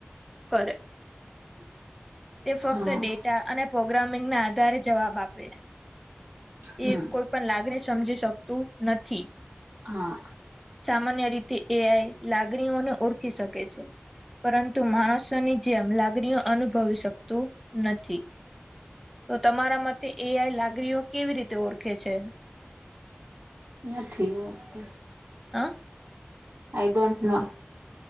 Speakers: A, in the centre; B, on the right.
A: કરે
B: <inaudible>
A: તે ફક્ત
B: હા
A: ડેટા અને પ્રોગ્રામિંગ ના આધારે જવાબ આપે
B: હમ
A: એ કોઈ પણ લાગણી સમજી શકતું નથી
B: હા
A: સામાન્ય રીતે એ આઈ લાગણીઓનો ઓળખી શકે છે. પરંતુ માણસોની જેમ લાગણીઓ અનુભવી શક તું નથી તો તમારા મતે એ આઈ લાગ ગ્રીઓ કેવી રીતે ઓરખે છે?
B: નથી વાગતું
A: uh
B: I don't know